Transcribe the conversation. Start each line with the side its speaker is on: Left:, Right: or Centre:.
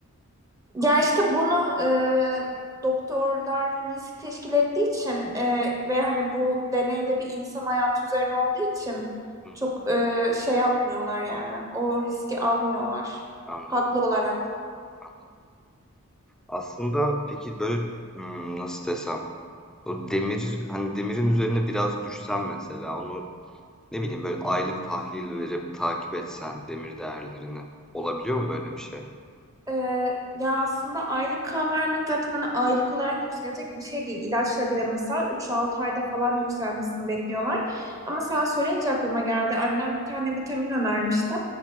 Right: Ya işte bunu e, doktorlar risk teşkil ettiği için e, ve hani bu deneyde bir insan hayatı üzerine olduğu için
Centre: Hı,
Right: çok e, şey yapmıyorlar yani. O riski almıyorlar
Centre: anladım,
Right: haklı olarak.
Centre: anladım. Aslında peki böyle hmm, nasıl desem O demir hani demirin üzerine biraz düşsen mesela onu ne bileyim böyle aylık tahlil verip takip etsen demir değerlerini olabiliyor mu böyle bir şey?
Right: Ee, ya aslında aylık kan vermek zaten hani aylık olarak yükselecek bir şey değil. İlaçla bile mesela 3-6 ayda falan yükselmesini bekliyorlar. Ama sen söyleyince aklıma geldi. Annem bir tane vitamin önermişti.